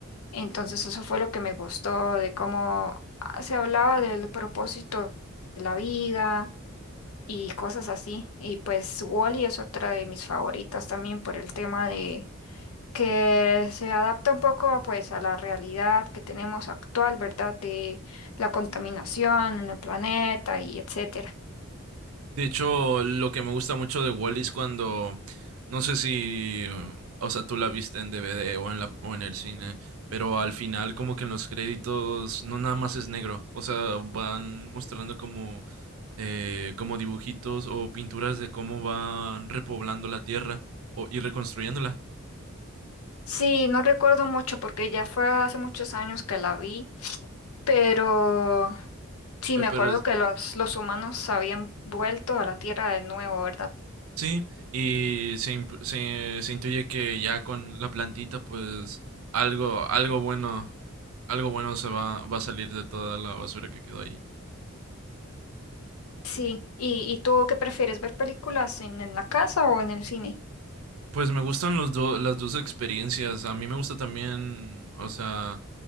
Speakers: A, on the left; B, on the right.
A: Entonces eso fue lo que me gustó de cómo ah, se hablaba del propósito de la vida y cosas así. Y pues Wall-E es otra de mis favoritas también por el tema de que se adapta un poco pues a la realidad que tenemos actual, ¿verdad? De la contaminación en el planeta y etcétera.
B: De hecho, lo que me gusta mucho de Wally es cuando, no sé si, uh, o sea, tú la viste en DVD o en la, o en el cine, pero al final como que en los créditos no nada más es negro, o sea, van mostrando como, eh, como dibujitos o pinturas de cómo van repoblando la tierra o, y reconstruyéndola.
A: Sí, no recuerdo mucho porque ya fue hace muchos años que la vi, pero sí
B: Eh,
A: me acuerdo
B: Pero es-
A: que los, los humanos habían vuelto a la Tierra de nuevo, ¿verdad?
B: Sí, y se, imp- se, se intuye que ya con la plantita, pues algo, algo bueno, algo bueno se va, va a salir de toda la basura que quedó ahí.
A: Sí. ¿Y, y tú qué prefieres ver películas en, en la casa o en el cine?
B: Pues me gustan los do- las dos experiencias. A mí me gusta también, o sea,